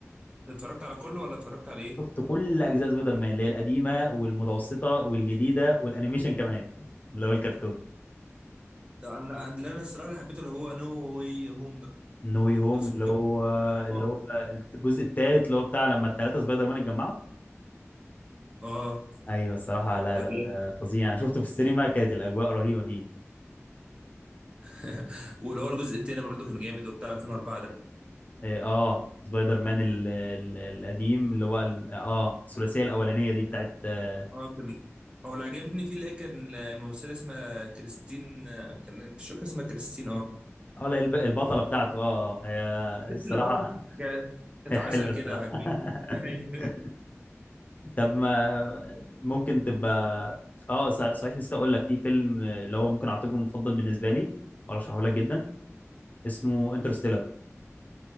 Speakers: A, on the right; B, on the left.
A: اتفرجت على كله ولا اتفرجت على ايه
B: شفت كل اجزاء سبايدر مان اللي هي القديمه والمتوسطه والجديده والانيميشن كمان اللي هو الكرتون
A: ده انا اللي انا الصراحه اللي حبيته اللي هو نو واي هوم ده
B: نو واي هوم
A: كان اسمه
B: اللي
A: كده
B: هو
A: اه
B: اللي هو الجزء الثالث اللي هو بتاع لما الثلاثه سبايدر مان اتجمعوا
A: اه
B: ايوه الصراحه لا
A: ده
B: لا لا
A: جامد
B: ده فظيع انا شفته في السينما كانت الاجواء رهيبه فيه
A: <laughs> واللي هو الجزء التاني برضو كان جامد وبتاع 2004 ده
B: إيه، اه سبايدر مان ال ال القديم اللي هو ال- اه الثلاثيه الاولانيه دي بتاعت اه
A: اه كان هو اللي عجبني فيه اللي هي كان الممثله اسمها كريستين كان مش فاكر اسمها كريستين اه
B: آه، لا، الب- البطله بتاعته اه اه
A: بيتل
B: هي الصراحه
A: اه ك-
B: <laughs>
A: كانت
B: هي
A: عسل
B: حلوه
A: كده
B: الصراحه
A: عجبتني
B: <laughs>
A: <laughs> أيوة.
B: طب ما ممكن تبقى اه ص- صحيح نسيت اقول لك في فيلم اللي هو ممكن اعتبره المفضل بالنسبه لي برشحه لك جدا اسمه انترستيلر